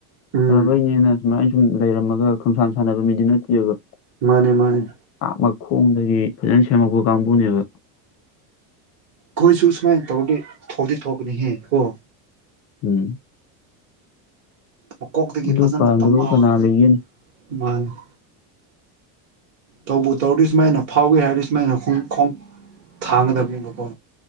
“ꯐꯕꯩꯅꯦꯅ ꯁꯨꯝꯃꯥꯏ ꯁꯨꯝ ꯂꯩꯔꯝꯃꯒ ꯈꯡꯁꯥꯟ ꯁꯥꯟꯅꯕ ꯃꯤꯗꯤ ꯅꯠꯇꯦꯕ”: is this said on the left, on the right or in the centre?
Left